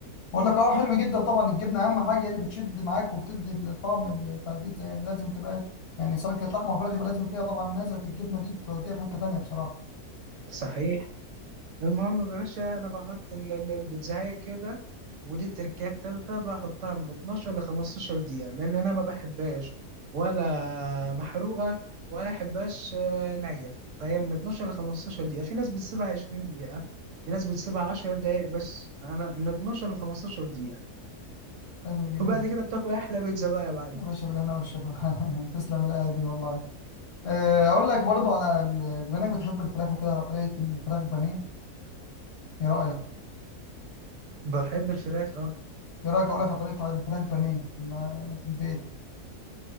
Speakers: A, on the left; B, on the right.
A: بقول لك اه حلو جدا طبعا الجبنه اهم حاجه هي اللي بتشد معاك وبتدي الطعم ال- بتاع البيتزا يعني لازم تبقى يعني سواء كانت لحمه او فراخ يبقى لازم فيها طبعا نزهه الجبنه دي بتوديها في حته تانيه بصراحه
B: صحيح المهم يا باشا انا بحط ال- ال- البيتزاية كده ودي التركية التالتة بحطها من 12 ل 15 دقيقة لأن أنا ما بحبهاش ولا محروقة ولا أحبهاش آه، نية فهي من 12 ل 15 دقيقة في ناس بتسيبها 20 دقيقة في ناس بتسيبها 10 دقايق بس أنا من 12 ل 15 دقيقة
A: حلو جدا
B: وبعد كده بتاكل أحلى بيتزا بقى يا معلم
A: يا باشا بالهنا والشفا <laughs> تسلم الايه دي والله آه، اقول لك برضو على ال- بما انك بتحب الفراخ وكده على طريقه الفراخ بانيه ايه رايك؟
B: بحب الفراخ أه
A: ايه رايك اقول لك على طريقه الفراخ بانيه اللي في البيت